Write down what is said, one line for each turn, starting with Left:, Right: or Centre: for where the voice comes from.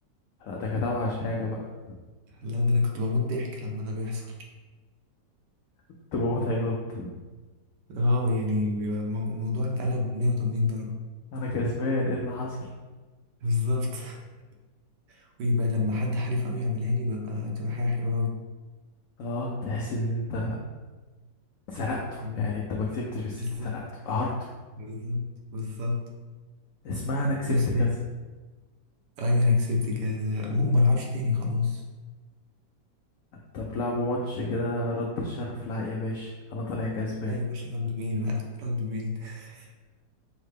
Left: لا ده كانت اوحش حاجة بقى
Right: لا ده انا كنت بموت ضحك لما ده بيحصل
Left: كنت بموت عياط
Right: اه يعني بيبقى المو- الموضوع اتقلب 180 درجه
Left: انا كسبان ايه اللي حصل
Right: بالظبط <laughs> ويبقى لما حد حريف قوي يعملها لي ببقى تبقى حاجه حلوه قوي
Left: اه تحس ان انت سرقته
Right: مم.
Left: يعني انت ما كسبتش بس
Right: بالظبط
Left: انت سرقته قهرته
Right: بالظبط بالظبط
Left: اسمها انا كسبت
Right: بس
Left: كذا
Right: ايوه انا كسبت كذا وما العبش تاني خلاص
Left: طب لعبوا ماتش كده رد الشرف لا يا باشا انا طالع كسبان
Right: لا يا باشا رد مين بقى رد مين <laughs>